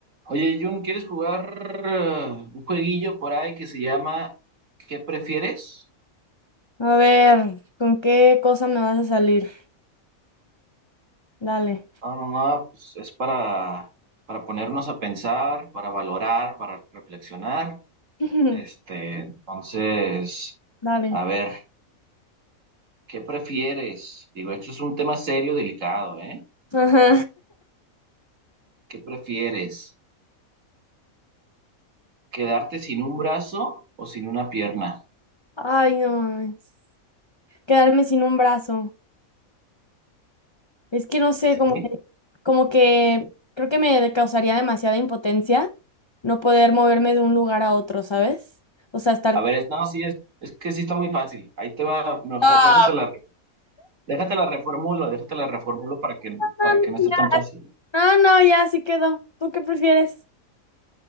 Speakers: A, on the right; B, on the left.
A: Oye, Jun, ¿quieres jugar eh, un jueguillo por ahí que se llama ¿Qué prefieres?
B: A ver, ¿con qué cosa me vas a salir? Dale.
A: No, no, no, pues es para, para ponernos a pensar, para valorar, para reflexionar.
B: <laughs>
A: Este, entonces,
B: Dale.
A: a ver, ¿qué prefieres? Digo, esto es un tema serio, delicado, ¿eh?
B: Ajá.
A: ¿Qué prefieres? ¿Quedarte sin un brazo o sin una pierna?
B: <laughs> Ay, no mames. Quedarme sin un brazo. Es que no sé,
A: ¿Sí?
B: como que, como que creo que me causaría demasiada impotencia no poder moverme de un lugar a otro, ¿sabes? O sea, estar...
A: A ver, es, no, sí, es, es que sí está muy fácil. Ahí te va, mejor
B: Ah,
A: déjate la Déjate la reformulo, déjate la reformulo para que,
B: no,
A: para que no esté
B: ya.
A: tan fácil.
B: No, no, ya, sí quedó. ¿Tú qué prefieres?